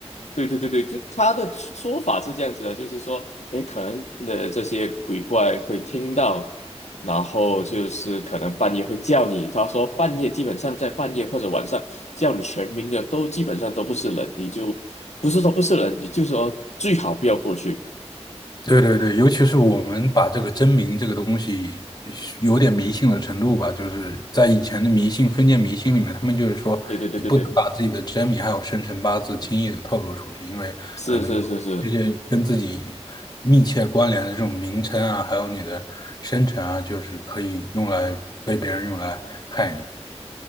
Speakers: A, on the left; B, on the left.
A: 对对对对，就他的说法是这样子的，就是说，诶，可能的这些鬼怪会听到，然后就是可能半夜会叫你。他说半夜基本上在半夜或者晚上叫你全名的都基本上都不是人，你就不是说不是人，你就说最好不要过去。
B: 对对对，尤其是我们把这个真名这个东西是有点迷信的程度吧，就是在以前的迷信、封建迷信里面，他们就是说你不能把自己的真名还有生辰八字轻易的透露出去，
A: 对对对对对，
B: 因为可能这些跟自己密切关联的这种名称啊，
A: 是是是是，
B: 还有你的生辰啊，就是可以用来被别人用来害你。